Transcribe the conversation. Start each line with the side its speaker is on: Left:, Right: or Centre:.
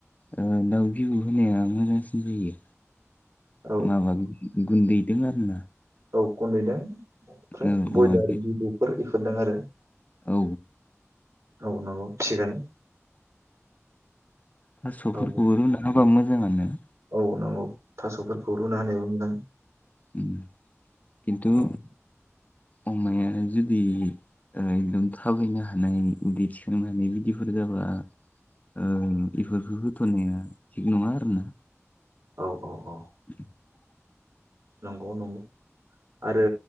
Left: ओ दाउ बिबु होनाया मोजांसिन जायो
Right: औ
Left: माबा गुन्दै बिदों आरोना
Right: औ गन्दैदों ओमफ्राय
Left: औ अमा
Right: ब्रयलार
Left: बि-
Right: बिबुफोर बेफोरदों आरो
Left: औ
Right: औ नंगौ थिगानो
Left: थास' रुनानै
Right: औ
Left: होबा मोजां रोङा नों
Right: ओ नंगौ थास'फोरखौ रुना होनायाबो मोजां
Left: उम, खिन्थु
Right: औ
Left: अमाया जुदि ओ एगदम थाबायनो हानाय उ दै थिखांनानै इदिफोर जाबा ओ बिदिखौ होथ'नाया थिग नङा आरोना
Right: औ औ औ
Left: <inaudible>
Right: नंगौ नंगौ आरो